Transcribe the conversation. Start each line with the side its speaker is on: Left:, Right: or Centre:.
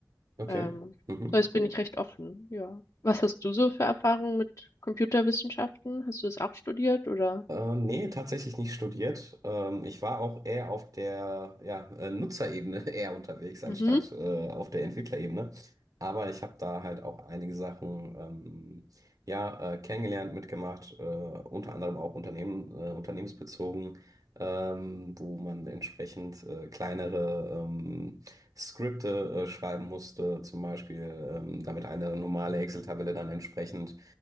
Right: Okay.
Left: Ähm,
Right: Mhm.
Left: so jetzt bin ich recht offen, ja. Was hast du so für Erfahrungen mit Computerwissenschaften? Hast du das auch studiert oder?
Right: Ähm, nee, tatsächlich nicht studiert. Ähm, ich war auch eher auf der ja, äh, Nutzerebene <laughs> eher unterwegs, anstatt
Left: Mhm.
Right: äh, auf der Entwicklerebene. Aber ich habe da halt auch einige Sachen ähm, ja, äh, kennengelernt, mitgemacht, äh, unter anderem auch Unternehmen, äh, unternehmensbezogen, ähm, wo man entsprechend äh, kleinere ähm, Skripte äh, schreiben musste, zum Beispiel, ähm, damit eine normale Excel-Tabelle dann entsprechend